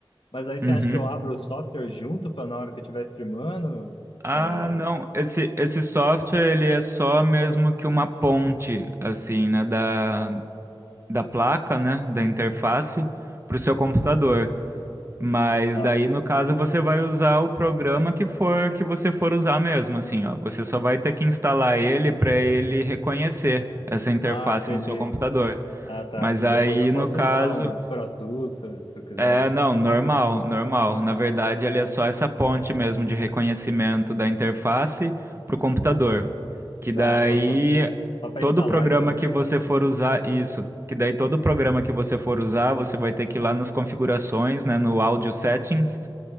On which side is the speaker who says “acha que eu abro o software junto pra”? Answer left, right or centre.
Left